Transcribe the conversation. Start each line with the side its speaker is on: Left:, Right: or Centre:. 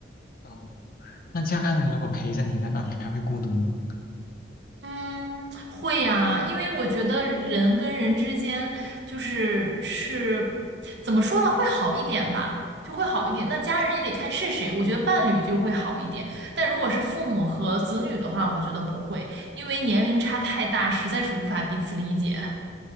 Left: 嗯，那家人如果陪着你，难道你还会孤独吗？
Right: 嗯，会呀，因为我觉得人跟人之间就是是怎么说呢，会好一点吧，就会好一点。那家人也得看是谁，我觉得伴侣就会好一点。但如果是父母和子女的话，我觉得不会，因为年龄差太大，实在是无法彼此理解，